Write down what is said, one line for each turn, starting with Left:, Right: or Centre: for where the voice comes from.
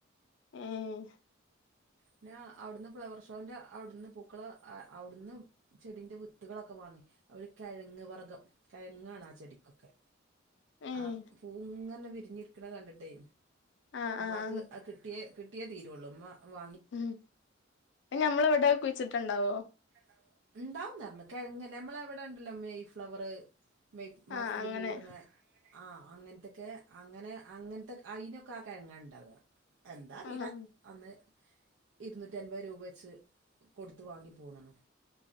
Left: ഉം
Right: പിന്നെ അവിടുന്ന് ഫ്ലവർ ഷോന്റെ അവിടുന്ന് പൂക്കള അ അവിടുന്ന് ചെടിന്റെ വിത്തുകളൊക്കെ വാങ്ങി, ഒരു കിഴങ്ങ് വർഗ്ഗം കിഴങ്ങാണ് ആ ചെടിക്കൊക്കെ.
Left: ഏഹ്
Right: ആ പൂഇങ്ങനെവിരി വിഞ്ഞിരിക്കണ കണ്ടിട്ടേ
Left: ആഹ്
Right: മ്മാക്
Left: ആഹ് ആഹ്
Right: അത് കിട്ടിയേ കി കിട്ടിയെ തീരുവൊള്ളു ഉമ്മ വ
Left: മ് നഞമ്മളവിട കുഴിച്ച ട്ടണ്ടാവോ?
Right: <inaudible> ഉണ്ടാവുന്നാർന്നു പറഞ്ഞ്, കിഴങ്ങല്ലേ നമ്മള വിടെണ്ടല്ലോ മെയ് ഫ്ലവറ്. മെയ് മാസത്തില്
Left: ആഹ് അങ്ങനെ
Right: പൂവിടണ ആഹ അങ്ങനത്തെക്കെ അങ്ങനെ അങ്ങനത്തെ അയിനൊക്കെ ആ കിഴങ്ങാ ഇണ്ടാവുക. എന്താ അറിയില്ല
Left: ആഹ്
Right: അന്ന്. ഇരുന്നൂറ്റി അൻപത് രൂപ വെച്ച് കൊടുത്തു വാങ്ങി. പോന്നണ്